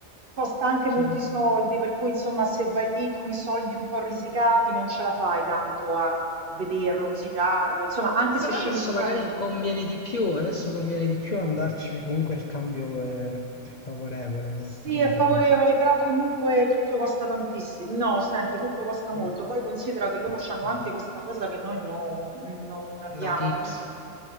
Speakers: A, on the right (about 45°); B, on the left (about 55°).
A: costa anche
B: sì.
A: molti soldi, per cui insomma se vai lì con i soldi un po' risicati non ce la fai tanto a vederlo, visitarlo, insomma anche
B: Però
A: se scegli
B: adesso
A: di fare
B: magari
A: un...
B: conviene di più, adesso conviene di più andarci perché comunque il cambio è, è favorevole nei
A: Sì,
B: nostri confronti.
A: è favorevole, però comunque tutto costa tantissimo. No, senti, tutto costa molto.
B: Sì,
A: Poi considera che loro hanno
B: sì,
A: anche
B: sì.
A: questa cosa che noi no- non abbiamo.
B: La tips,
A: La maggi-